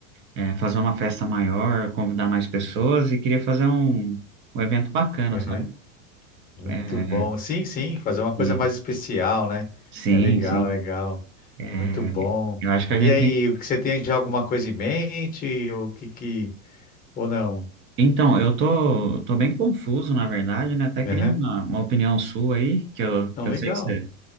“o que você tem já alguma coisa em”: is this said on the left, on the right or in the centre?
Left